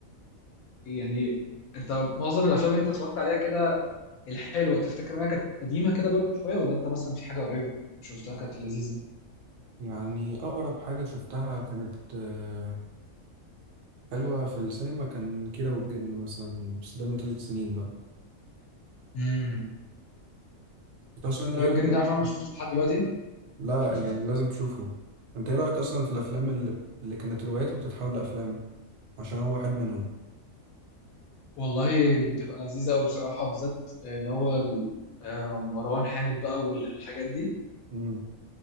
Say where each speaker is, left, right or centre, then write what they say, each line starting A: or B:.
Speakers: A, on the left; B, on the right.
A: يعني انت معظم الافلام اللي انت اتفرجت عليها كده الحلوه تفتكر انها كانت قديمه كده برضو شويه ولا انت مثلا في حاجه قريب شفتها كانت لذيذه
B: يعني اقرب حاجة شفتها كانت آه، حلوة في السينما كان كيرة والجن مثلا بس ده من ثلاث سنين بقى
A: امم
B: انت اصلا ايه
A: كيرة
B: رايك
A: والجن
B: في الأفلام؟
A: تعرف انا ما شفتوش لحد دلوقتي
B: لا
A: <laughs>
B: يعني لازم تشوفه انت ايه رايك اصلا في الافلام اللي اللي كانت روايته بتتحول لافلام عشان هو واحد منهم
A: والله بتبقى لذيذه قوي بصراحه بالذات اللي هو ال- آه، مروان حامد بقى والحاجات دي
B: امم